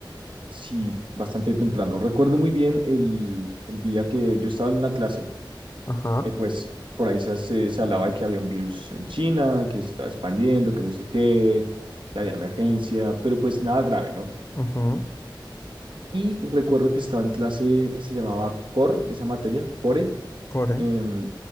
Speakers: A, on the right; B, on the left.
A: sí, bastante temprano, recuerdo muy bien el, el día que yo estaba en una clase,
B: Ajá.
A: eh, pues por ahí se, hace- se hablaba de que había un virus en China, que se estaba expandiendo, que no sé qué, que había emergencia, pero pues nada grave, ¿no?
B: ujú,
A: Y recuerdo que estaba en clase, se llamaba Core, esa materia, Core,
B: Core.
A: em,